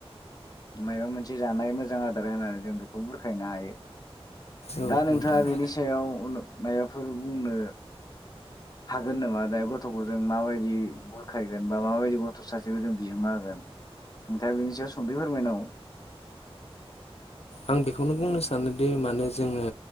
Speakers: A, on the left; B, on the left.
A: मायबा मोनसे जानाय मोजां आदार होनानै जों बेखौ बुरखायनो हायो।
B: औ
A: दा नोंथाङा
B: नोंथां
A: बेनि सायाव मायबाफोर बुंनो हागोन नामा? दा गथ'खौ जों माबायदि बुरखायगोन बा माबायदि गथ' सासेखौ जों बिहोमा होगोन नोंथाङा बेनि सायाव सुंदै फोरमायनांगौ
B: आं बेखौनो बुंनो सानो सानोदि मानो जोङो